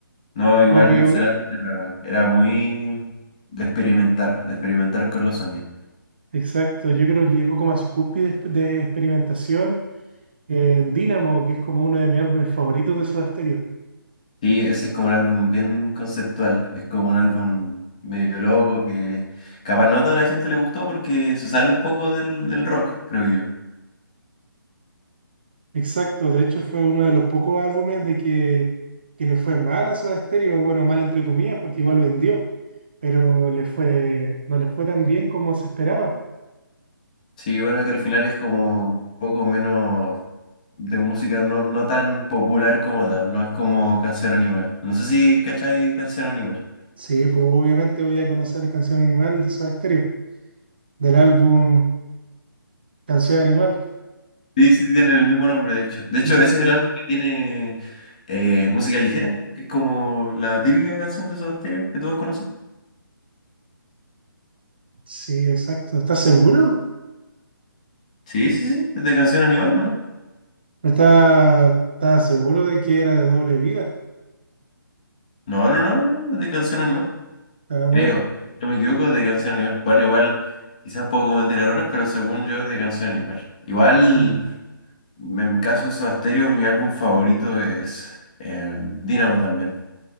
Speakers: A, on the left; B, on the right.
A: No, igual
B: Como que, u-
A: será, era, era muy de experimentar, de experimentar con los sonidos.
B: exacto, yo creo que llegó como a su cúspide de, de experimentación en Dynamo, que es como uno de mis álbumes favoritos de Soda Stereo.
A: Sí, ese es como un álbum bien conceptual, es como un álbum medio loco que capaz no a toda la gente le gustó porque se sale un poco del, del rock, creo yo.
B: Exacto, de hecho fue uno de los pocos álbumes de que, que le fue mal a Soda Stereo, bueno, mal entre comillas, porque igual vendió. pero le fue, no le fue tan bien como se esperaba.
A: Sí, bueno, que al final es como un poco menos de música no, no tan popular como tal, no es como Canción Animal. No sé si cachai Canción Animal.
B: Sí, pues obviamente voy a conocer Canción Animal de Soda Stereo, del álbum Canción Animal.
A: Sí, sí, tienen el mismo nombre, de hecho. De hecho,
B: Exacto.
A: ese es el álbum que tiene eh, música ligera, que es como la típica canción de Soda Stereo que todos conocen.
B: Sí, exacto. ¿Estás seguro?
A: Sí, sí, sí, es de Canción Animal, ¿o no?
B: ¿Estás estás seguro de que era de doble vida?
A: No, no, no, no, no, es de Canción Animal,
B: Ah, bueno,
A: creo. Si No me equivoco, es de Canción Animal. Bueno, igual, quizás puedo cometer errores, pero según yo es de Canción Animal. Igual.
B: sí.
A: En caso de Soda Stereo, mi álbum favorito es eh, Dynamo también.